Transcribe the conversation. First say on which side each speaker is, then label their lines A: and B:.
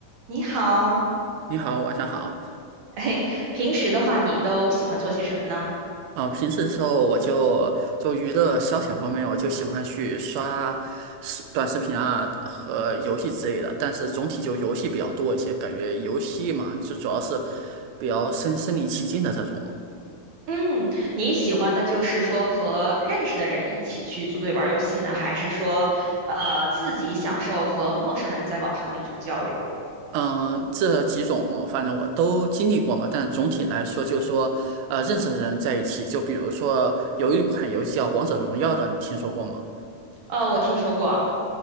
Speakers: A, on the right; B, on the right.
A: 你好，
B: 你好，晚上好。
A: 哎，平时的话，你都喜欢做些什么呢？
B: 呃，平时的时候我就就娱乐消遣方面，我就喜欢去刷视短视频啊和游戏之类的。但是总体就游戏比较多一些，感觉游戏嘛，就主要是比较身身临其境的这种。
A: 嗯，你喜欢的就是说和认识的人一起去组队玩游戏呢，还是说，呃，自己享受和陌生人在网上的一种交流？
B: 嗯，这几种反正我都经历过嘛，但总体来说，就是说，呃，认识的人在一起，就比如说有一款游戏叫《王者荣耀》的，你听说过吗？
A: 呃，我听说过，